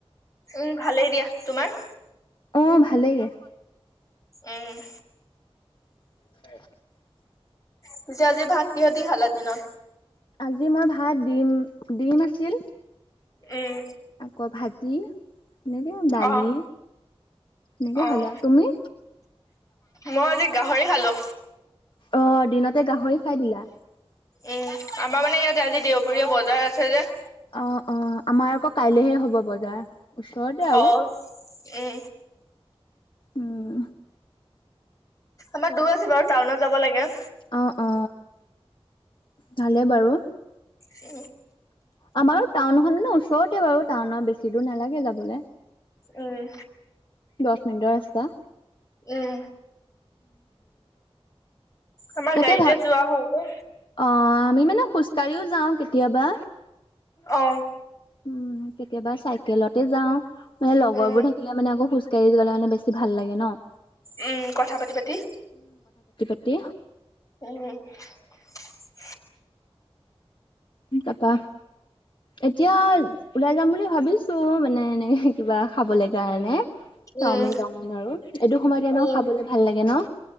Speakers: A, on the left (about 35°); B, on the left (about 50°).
A: উম, ভালেই দিয়া তোমাৰ।
B: অ' ভালেইে দিয়া।
A: উম'।
B: <unintelligible>
A: পিছে আজি ভাত কিহতি খালা দিনত।
B: আজি মই ভাত ডিম-ডিম আছিল
A: উম,
B: আকৌ ভাত চবজি এনেকে আৰু দালি।
A: অ',
B: এনেকে
A: অ',
B: খালো আৰু তুমি।
A: মই আজি গাহৰি খালো।
B: অ' দিনতে গাহৰি খাই দিলা।
A: উম, আমাৰ মানে ইয়াতে আজি দেওবৰীয়া বজাৰ আছে যে
B: অ অ আমাৰ আকৌ কাইলেহে হ'ব বজাৰ। ওচৰতে আৰু
A: অ এ।
B: উম।
A: আমাৰ দূৰ আছে বাৰু টাউনত যাব লাগে।
B: অ অ ভালে বাৰু।
A: এ।
B: আমাৰো টাউনখন মানে ওচৰতে বাৰু টাউনৰ বেছি দূৰ নালাগে যাবলে।
A: উম।
B: দছ মিনিটৰ ৰাস্তা।
A: উম, আমাৰ
B: তাকে
A: গাড়ীতে
B: ভাব
A: যোৱা হয় যে
B: অ আমি মানে খোজকাঢ়িও যাওঁ কেতিয়াবা।
A: অ।
B: উম কেতিয়াবা চাইকেলতে যাওঁ মানে লগৰবোৰ
A: উম,
B: থাকিলে মানে আকৌ খুজ কাঢ়ি গ'লে মানে বেছি ভাল লাগে ন।
A: উম কথা পাতি পাতি।
B: তি
A: উম, <inaudible>
B: কাপা এতিয়া ওলাই যাম বুলি ভাবিছো মানে এনেকে কিবা খাবলে কাৰণে। চাওমিন
A: উম,
B: তাওমিন আৰু এইটো সময়তে এনো
A: উম,
B: খাবলে ভাল লাগে ন।